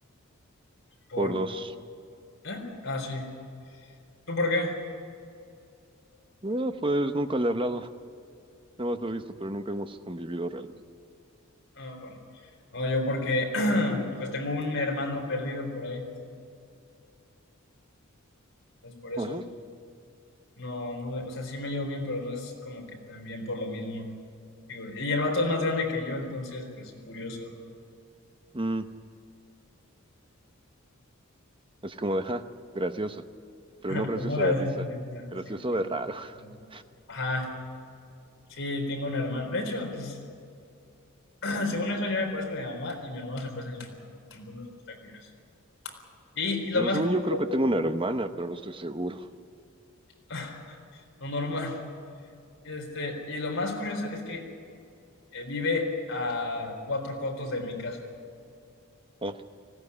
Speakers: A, on the left; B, on the right.
A: ¿Por
B: Por dos.
A: ¿Eh? Ah, sí. ¿Tú por qué?
B: Ah, pues nunca le he hablado. Nada más lo he visto, pero nunca hemos convivido realmente.
A: Ah, bueno. No, yo porque <clears throat> pues tengo un hermano perdido por ahí. Entonces por eso
B: Ajá.
A: no, no, o sea, sí me llevo bien, pero no es como que también por lo mismo. Digo, Y el vato es más grande que yo, entonces, pues curioso.
B: Mm, así como de, ja, gracioso, pero
A: Ajá,
B: no gracioso
A: pues, no, gracias,
B: de risa,
A: sí, o sea,
B: gracioso
A: sí, pero-
B: de raro. <laughs>
A: pero- Ajá, sí, tengo un hermano. De hecho, pues, <clears throat> según eso, yo me parezco a mi mamá y mi hermano se parece a mi papá. Entonces, pues, está curioso. Y, y lo
B: Digo,
A: más
B: según
A: curioso,
B: yo creo que tengo una hermana, pero no estoy seguro.
A: <laughs> no normal. Este, y lo más curioso es que eh, vive a cuatro cotos de mi casa.
B: Ah,